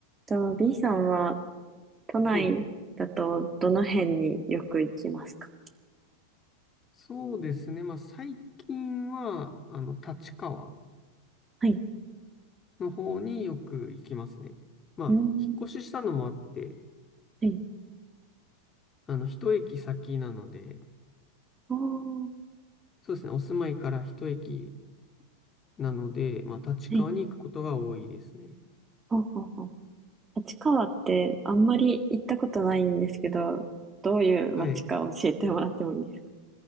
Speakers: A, on the right (about 15°); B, on the left (about 20°).
A: と、B さんは都内だとどの辺によく行きますか
B: はい。そうですね。まあ、最近は、あの、立川
A: はい。
B: の方によく行きますね。まあ、
A: うーん。
B: 引っ越ししたのもあって、
A: はい。
B: あの、一駅先なので、
A: ああ、は
B: そうですね。お住まいから一駅なので、まあ、立川に行くことが多いですね。
A: い。ほうほうほう。立川ってあんまり行ったことないんですけど、どういう街か教えてもらってもいいですか
B: はい。